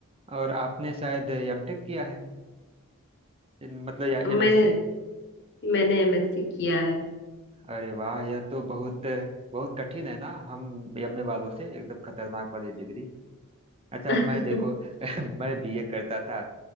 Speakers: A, on the right; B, on the left.
A: और आपने शायद एमटेक किया है इन- मतलब या
B: मैं
A: एमएससी
B: मैंने एमएससी किया है
A: अरे वाह यह तो बहुत बहुत कठिन है ना हम एमए वालों से एकदम खतरनाक वाली डिग्री अच्छा
B: <laughs>
A: मैं देखो <laughs> मैं बीए करता था